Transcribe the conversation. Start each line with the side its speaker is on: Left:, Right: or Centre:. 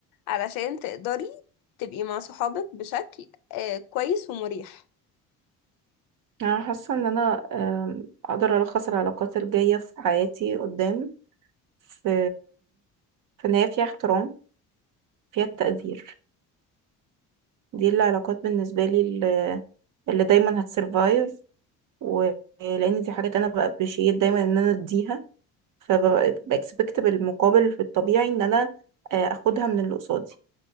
Left: علشان تقدري تبقي مع صحابك بشكل آه، كويس ومريح
Right: انا حاسه ان انا أم، اقدر الخص العلاقات الجايه في حياتي قدام في في ان هي فيها احترام فيها تقدير دي العلاقات بالنسبه لي اللي, اللي دايما هتسرفايف ولان دي حاجات انا بابريشيت دايما ان انا اديها فبكسبكت بالمقابل في الطبيعي ان انا آه، اخدها من اللي قصادي